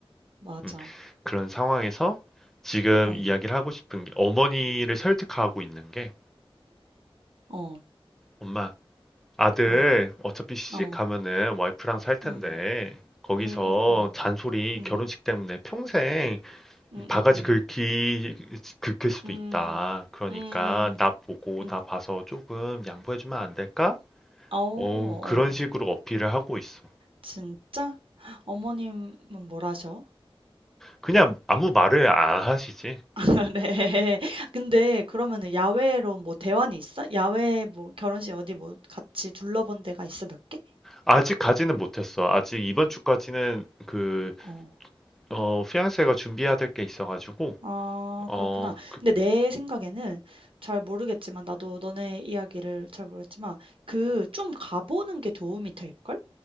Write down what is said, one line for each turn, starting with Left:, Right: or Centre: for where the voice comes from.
Right: 맞아.
Centre: 음, 그런 상황에서 지금
Right: 어.
Centre: 이야기를 하고 싶은 게 어머니를 설득하고 있는 게
Right: 어.
Centre: 엄마, 아들
Right: 어.
Centre: 어차피 시집
Right: 어.
Centre: 가면은 와이프랑 살 텐데
Right: 음.
Centre: 거기서
Right: 음. 음. 음.
Centre: 잔소리
Right: 음.
Centre: 결혼식 때문에 평생
Right: 음.
Centre: 바가지
Right: 음.
Centre: 긁기 긁힐 수도
Right: 음.
Centre: 있다. 그러니까
Right: 음. 음.
Centre: 나 보고
Right: 음.
Centre: 나 봐서 조금 양보해주면 안 될까?
Right: 어. 어.
Centre: 어, 그런 식으로 어필을 하고 있어.
Right: 진짜? 어머님은 뭘 하셔?
Centre: 그냥 아무 말을 안 하시지.
Right: <laughs> 네. 근데 그러면은 야외로 뭐 대환이 있어? 야외 뭐 결혼식 어디 뭐 같이 둘러본 데가 있어 몇 개?
Centre: 아직가지는 못했어. 아직 이번 주까지는 그
Right: 어.
Centre: 어, 피앙세가 준비해야 될 게 있어가지고,
Right: 아
Centre: 어,
Right: 그렇구나.
Centre: 그,
Right: 근데 내 생각에는 잘 모르겠지만 나도 너네 이야기를 잘 모르겠지만 그 좀 가보는 게 도움이 될걸?